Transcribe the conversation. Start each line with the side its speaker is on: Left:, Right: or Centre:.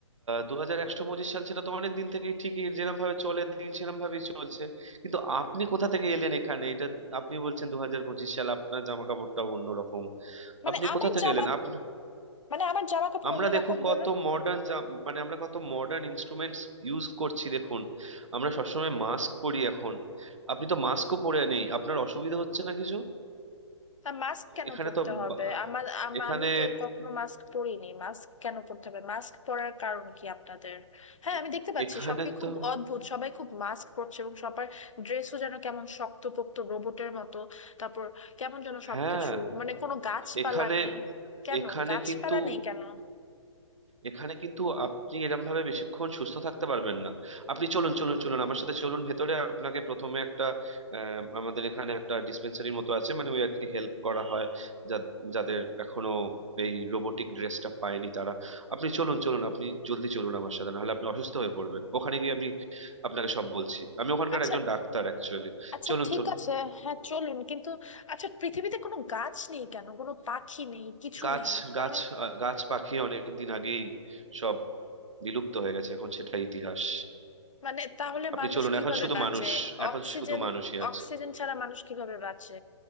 Right: দু হাজার একশো পঁচিশ সাল সেটা তো অনেক দিন থেকেই ঠিকই যেরকম ভাবে চলে দিন সেরকম ভাবেই চলছে কিন্তু আপনি কোথা থেকে এলেন এখানে এটা আপনি বলছেন দু হাজার পঁচিশ সাল আপনার জামা কাপড়টাও অন্যরকম
Left: মানে
Right: আপনি
Left: আমার
Right: কোথা থেকে
Left: জামা
Right: এলেন আপনি
Left: মানে আমার জামা কাপড়
Right: আমরা
Left: অন্যরকম
Right: দেখুন কত
Left: বলে
Right: মডার্ন মানে আমরা কত মডার্ন ইনস্ট্রুমেন্টস ইউজ করছি দেখুন আমরা সবসময় মাস্ক পরি এখন আপনি তো মাস্কও পরে নেই আপনার অসুবিধা হচ্ছে না কিছু
Left: তা মাস্ক কেন
Right: এখানে
Left: পরতে
Right: তো
Left: হবে
Right: বা-
Left: আমার আম-
Right: এখানে
Left: আমি তো কখনো মাস্ক পরিনি মাস্ক কেন পরতে হবে মাস্ক পরার কারণ কি আপনাদের হ্যাঁ
Right: এ-
Left: আমি দেখতে পাচ্ছি
Right: এখানে
Left: সবই খুব
Right: তো
Left: অদ্ভুত সবাই খুব মাস্ক পরছে এবং সবার ড্রেসও যেন কেমন শক্তপোক্ত রোবটের মতো তারপর কেমন যেন সবকিছু
Right: হ্যাঁ
Left: মানে কোনো গাছপালা
Right: এখানে
Left: নেই কেন
Right: এখানে
Left: গাছপালা
Right: কিন্তু
Left: নেই কেন
Right: এখানে কিন্তু আপনি এরম ভাবে বেশিক্ষণ সুস্থ থাকতে পারবেন না আপনি চলুন চলুন চলুন আমার সাথে চলুন ভেতরে আপনাকে প্রথমে একটা আহ, আমাদের এখানে একটা ডিসপেন্সারির মতো আছে মানে ওই আর কি হেল্প করা হয় যা- যাদের এখনো এই রোবোটিক ড্রেসটা পায়নি তারা আপনি চলুন চলুন আপনি জলদি চলুন আমার সাথে নাহলে আপনি অসুস্থ হয়ে পড়বেন ওখানে গিয়ে আমি আপনাকে সব বলছি আমি ওখানকার
Left: আচ্ছা
Right: একজন ডাক্তার অ্যাকচুয়ালি
Left: আচ্ছা
Right: চলুন
Left: ঠিক
Right: চলুন
Left: আছে হ্যাঁ চলুন কিন্তু আচ্ছা পৃথিবীতে কোনো গাছ নেই কেন কোনো পাখি নেই কিছু
Right: গাছ
Left: নেই
Right: গাছ
Left: মানে
Right: আহ, গাছ পাখি অনেক দিন আগেই সব বিলুপ্ত হয়ে গেছে এখন সেটা ইতিহাস
Left: মানে তাহলে
Right: আপনি
Left: মানুষ
Right: চলুন
Left: কিভাবে
Right: এখন শুধু
Left: বাঁচে
Right: মানুষ এখন
Left: অক্সিজেন
Right: শুধু মানুষই আছে
Left: অক্সিজেন ছাড়া মানুষ কিভাবে বাঁচে